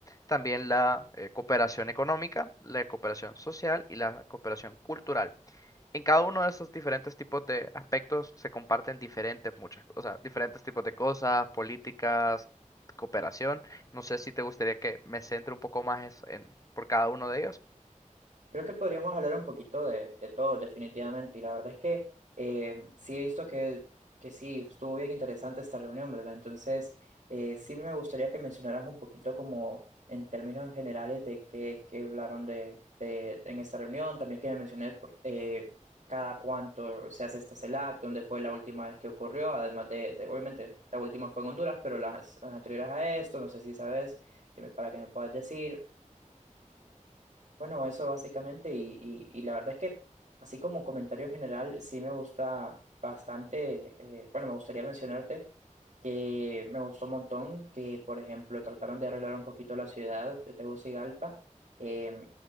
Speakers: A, on the left (about 25°); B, on the right (about 65°).
A: también la eh, cooperación económica, la cooperación social y la cooperación cultural. En cada uno de esos diferentes tipos de aspectos se comparten diferentes muchas, o sea, diferentes tipos de cosas, políticas, cooperación. No sé si te gustaría que me centre un poco más es- en, por cada uno de ellos
B: Creo que podríamos hablar un poquito de, de todo, definitivamente. Y la verdad es que eh, sí he visto que, que sí, estuvo bien interesante esta reunión, ¿verdad? Entonces, eh, sí me gustaría que mencionaras un poquito como en términos generales de qué, qué hablaron de, de- en esta reunión. También que me menciones por- eh, cada cuánto se hace esta CELAC, dónde fue la última vez que ocurrió, además de, de, obviamente, la última fue en Honduras, pero las, las anteriores a esto, no sé si sabes, que me- para que me puedas decir. Bueno, eso básicamente, y, y, y la verdad es que, así como comentario en general, sí me gusta bastante, eh, bueno, me gustaría mencionarte que me gustó un montón que, por ejemplo, trataron de arreglar un poquito la ciudad de Tegucigalpa, em,